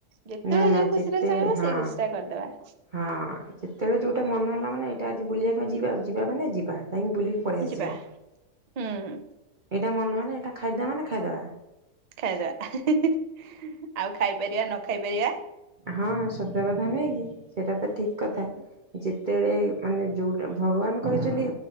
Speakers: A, on the right; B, on the right.
A: ଯେତେବେଳେ
B: ନା ନା
A: ଯୋଉ
B: ଯେତେ
A: ଖୁସି ଟା ଚାହିଁବ
B: ହଁ।
A: ସେଇ ଖୁସି ଟା କରିଦବା।
B: ହଁ ସେତେବେଳେ ଯୋଉଟା ମନ ହେଲା ମାନେ ଏଇଟା ଆଜି ବୁଲିବା ପାଇଁ ଯିବା ଆ ଯିବା ମାନେ ଯିବା। କହିକି ବୁଲିକି ପଳେଇ ଆସିବା।
A: ଯିବା ହୁଁ
B: ଏଇଟା ମନହେଲେ ଏଇଟା ଖାଇଦବା ମାନେ ଖାଇଦବା।
A: ଖାଇଦବା ଆଉ ଖାଇପାରିବା ନ ଖାଇ ପାରିବା?
B: ହଁ ସତ କାଥା ନୁଁହେଁ କି? ସେଇଟା ତ ଠିକ କଥା
A: ହୁଁ
B: ଯି ଯେତେବେଳେ ମାନେ ଯେଉଁଟା ଭଗବାନ କରିଛନ୍ତି